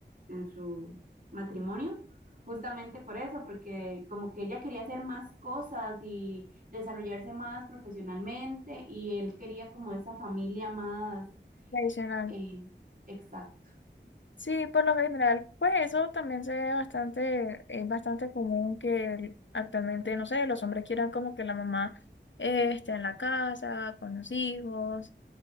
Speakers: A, on the right; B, on the left.
A: en su matrimonio. Justamente por eso, porque como que ella quería hacer más cosas y desarrollarse más profesionalmente y él quería como esa familia más,
B: tradicional.
A: Eh, exacto.
B: Sí, por lo general, pues eso también se ve bastante, es bastante común que el- actualmente, no sé, los hombres quieran como que la mamá eh, esté en la casa, con los hijos,